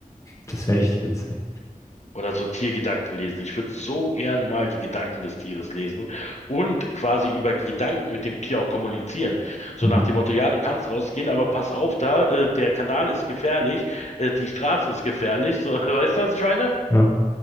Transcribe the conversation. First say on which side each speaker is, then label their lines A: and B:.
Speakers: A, on the left; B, on the left.
A: Das wäre echt witzig.
B: Oder so Tiergedanken lesen. Ich würde so gern mal die Gedanken des Tieres lesen und quasi über Gedanken mit dem Tier auch kommunizieren. So
A: Mhm.
B: nach dem Motto, ja, du kannst rausgehen, aber pass auf da, äh, der Kanal ist gefährlich, äh, die Straße ist gefährlich. So, <laughs> weißt du, was ich meine?
A: Ja.